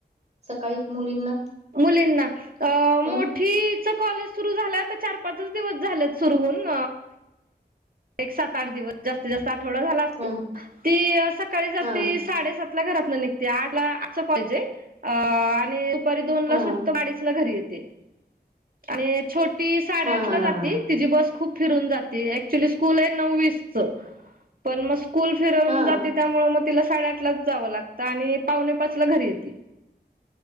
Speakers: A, on the right (about 40°); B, on the right (about 55°).
A: सकाळी मुलींना
B: मुलींना अ
A: हं
B: मो ठीचं कॉलेज सुरू झालंय आता चार- पाचच दिवस झालेत सुरु होऊन एक सात- आठ दिवस जास्तीत -जास्त आठवडा झाला असल
A: हां
B: ती सकाळी जाती
A: हां
B: साडेसात ला घरातनं निघते, आठ ला आठच कॉलेज आहे अ आणि दुपारी दोनला
A: हां
B: सुटतं, अडीच ला घरी येते आणि छो ती साडे
A: हां
B: आठला
A: हां
B: जाती
A: हां
B: तिची बस खूप फिरून जाती ऍक्च्युली स्कुल आहे नऊ वीस चं पण मग स्कुल फिरवून
A: हां
B: जाती त्यामुळे मग तिला साडेआठलाच जावं लागतं आणि पावणे पाचला घरी येते.